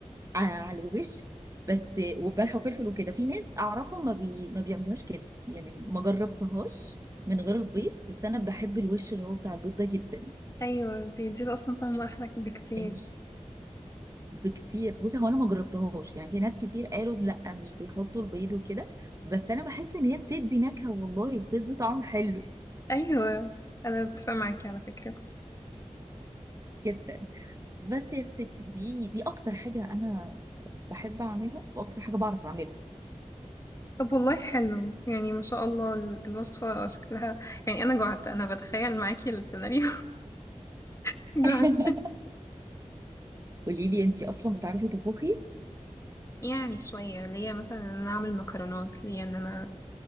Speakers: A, on the right; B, on the left.
A: على الوش بس وبلح وفلفل وكده في ناس اعرفهم ما, بي... ما بيعملوهاش كده يعني ما جربتهاش من غير البيض بس انا بحب الوش اللي هو بتاع البيض ده جدا
B: ايوه بيديله اصلا طعم احلى بكتير
A: يعني بكتير بص هو انا ما جربتهاش يعني في ناس كتير قالوا لا مش بيحطوا البيض وكده بس انا بحس ان هي بتدي نكهة والله بتدي طعم حلو
B: ايوه انا بتفق معاكي على فكرة
A: جدا بس يا ستي دي دي اكتر حاجة انا بحب اعملها واكتر حاجة بعرف اعملها
B: طب والله حلو يعني ما شاء الله ال- الوصفة شكلها يعني أنا جعت أنا بتخيل معاكي السيناريو <laughs>
A: <laughs>
B: جعت
A: قولي لي انتي اصلا بتعرفي تطبخي
B: يعني شوية ليا مثلا إن أنا أعمل مكرونات ليا إن أنا